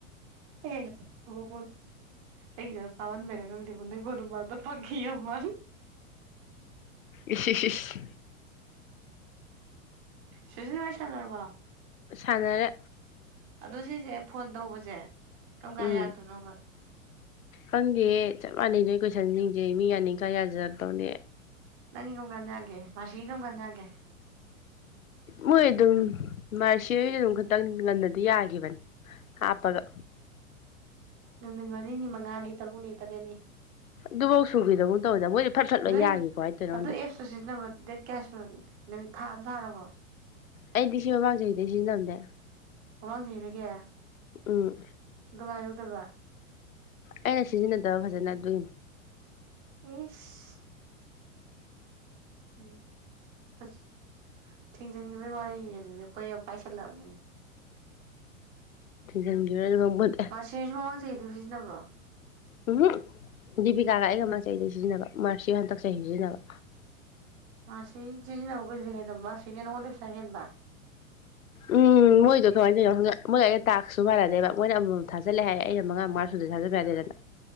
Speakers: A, on the right; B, on the left.
A: ꯣ ꯑꯩ ꯄꯟ ꯃꯔꯒꯗꯤ ꯄꯨꯗ ꯑꯣꯏꯔꯕꯗ ꯐꯀꯤꯤꯃꯟ
B: ꯏꯁꯤ ꯏ ꯁꯤꯁ
A: ꯁꯖꯤ ꯃꯥꯏꯁꯔꯔꯕ
B: ꯁꯥꯟꯅꯔꯦ
A: ꯑꯗꯨꯣ ꯁꯤꯁꯦ ꯐꯣꯟ ꯇꯧꯕꯁꯦ ꯀꯪꯀꯥꯟ
B: ꯎꯝ
A: ꯌꯥꯥꯛꯛꯇꯣꯏꯅꯣꯕ
B: ꯈꯪꯗꯦ ꯆꯞ ꯃꯥꯟꯅꯩ ꯅꯣꯏ ꯀꯣꯏꯁꯟꯁꯤꯡꯁꯦ ꯃꯤ ꯌꯥꯅꯤꯁꯥꯡ ꯌꯥꯖꯔꯗꯧꯅꯦ
A: ꯅꯪꯒꯨꯝꯒꯖꯒꯦ ꯃꯥꯁꯤꯒꯨꯝꯒꯖꯒꯦ
B: ꯃ ꯑꯗꯨ ꯃꯥ ꯆꯦꯔꯣꯏꯁꯨ ꯑꯗꯨꯝ ꯈꯛꯇꯪ ꯉꯟꯅꯗꯤ ꯌꯥꯈꯤꯕꯅꯤ ꯍꯥꯞꯄꯒ
A: ꯑꯣ ꯃꯅꯤꯅꯤ ꯃꯉꯥꯅꯤ ꯇꯔꯨꯛꯅꯤ ꯇꯔꯦꯠꯅꯤ
B: ꯑꯗꯨꯐꯧ ꯁꯨꯈꯤꯗꯒꯨꯝ ꯇꯧꯕꯗ ꯃꯣꯏꯗꯤ ꯐꯠ ꯐꯠ ꯂꯣꯏ
A: ꯅꯣꯏ
B: ꯌꯥꯈꯤ ꯀꯃꯥꯏꯅ ꯇꯧꯔꯤꯅꯣ
A: ꯑꯗꯨ
B: ꯈꯪꯗꯦ
A: ꯑꯦꯁꯨ ꯁꯤꯖꯤ ꯅ ꯗꯦꯠ ꯀꯁꯃꯤ ꯊ ꯐꯥꯔꯔꯕꯣ
B: ꯑꯩꯗꯤ ꯁꯤ ꯃꯃꯥꯡ ꯆꯍꯤꯩꯗꯦ ꯁꯤꯖꯤ ꯇꯝꯅꯦ
A: ꯑꯥꯡ ꯊꯔꯒꯦ
B: ꯎꯝ
A: ꯗꯗꯨꯒ ꯍꯥꯏꯁꯨꯗꯕ
B: ꯑꯩꯅ ꯁꯤꯖꯤꯟꯅꯗꯕ ꯐꯖꯅ ꯑꯗꯨꯏꯅꯤ
A: ꯏꯁ ꯎꯝ ꯐ ꯊꯤꯡꯖꯤꯟꯈꯤꯕꯩ ꯋꯥꯔꯤ ꯑꯗꯨꯗꯤ ꯑꯩꯈꯣꯏ ꯌꯥꯝ ꯄꯥꯏꯁꯤꯜꯂꯛꯑꯕꯅꯤ
B: ꯔꯪꯗ
A: ꯃꯥꯔꯁꯤꯁꯨ ꯃꯃꯥꯡ ꯆꯍꯤꯗꯨ ꯁꯤꯖꯤꯟꯅꯕ꯭ꯔꯣ
B: ꯎꯝ ꯗꯤꯕꯤꯀꯥꯒ ꯑꯩꯒ ꯃꯆꯩꯗꯩ ꯁꯤꯖꯤꯟꯅꯕ ꯃꯔꯁꯤ ꯍꯟꯗꯛ ꯆꯍꯤ ꯁꯤꯖꯤꯟꯅꯕ
A: ꯃꯥꯁꯤ ꯏꯗꯤ ꯍꯅꯕꯒꯖꯤ ꯀꯩꯗ ꯃꯥꯥꯁꯅꯦ ꯅꯣꯡꯉꯣꯟꯗꯦ ꯄꯁꯥ ꯍꯦꯟꯕ
B: ꯎꯝ ꯃꯣꯏꯗꯣ ꯀꯃꯥꯏꯅ ꯇꯧꯔꯤꯅꯣ ꯍꯪ ꯃꯣꯏꯗ ꯑꯩꯅ ꯇꯥꯛꯁꯨ ꯃꯥꯟꯅꯗꯦꯕ ꯃꯣꯏꯅ ꯑꯃꯃꯝ ꯊꯥꯖꯜꯂꯦ ꯍꯥꯏꯌꯦ ꯑꯩꯩꯅ ꯃꯉꯥ ꯃꯥ ꯁꯗ ꯊꯥꯖꯟꯕ ꯌꯥꯗꯦꯗꯅ